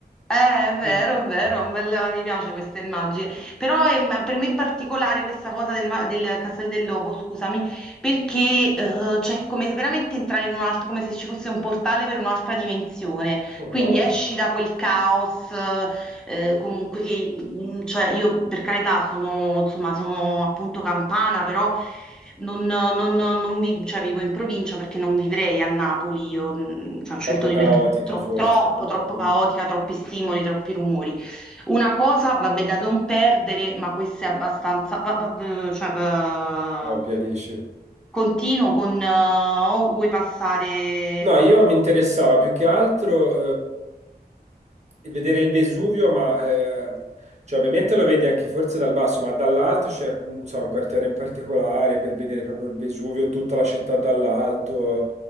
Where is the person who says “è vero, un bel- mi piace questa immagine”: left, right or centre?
Centre